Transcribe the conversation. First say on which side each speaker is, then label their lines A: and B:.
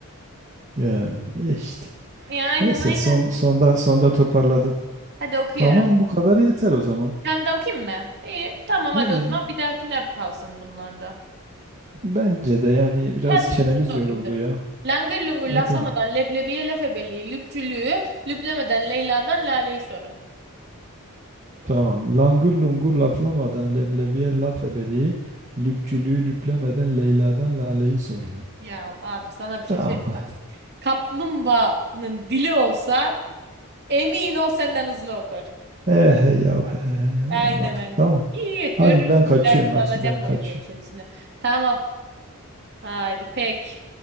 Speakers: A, on the right; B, on the right.
A: Ya e işte.
B: Ya aynen
A: Neyse
B: aynen.
A: son sonda sonda toparladın.
B: Hadi okuyorum.
A: Tamam bu kadar yeter o zaman.
B: Sen de okuyayım mı? İyi, tamam
A: Hadi
B: hadi o zaman bir dahakine kalsın bunlar da.
A: bence de yani biraz
B: E, Hadi
A: çenemiz
B: şunu da
A: yoruldu
B: okuyayım dur.
A: ya.
B: Langır lungur laflamadan
A: Hadi.
B: leblebiye laf ebeliği, lüpçülüğü, lüplemeden Leyla'dan Lale'yi sorun.
A: Tamam. Langır lungur laflamadan leblebiye laf ebeliği, lüpçülüğü lüplemeden Leyla'dan Lale'yi sorun.
B: Ya abi sana
A: Tamam
B: bir şey söyleyeyim.
A: hadi.
B: Kaplumbağanın dili olsa emin ol senden hızlı okur.
A: He he yav he he yav
B: Aynen
A: anladık
B: aynen.
A: tamam.
B: İyi
A: Hadi
B: görürsün.
A: ben kaçıyorum
B: Bir dahakinde
A: hadi
B: alacağım
A: ben kaçıyorum.
B: boyun ölçüsünü. Tamam. Haydi pek.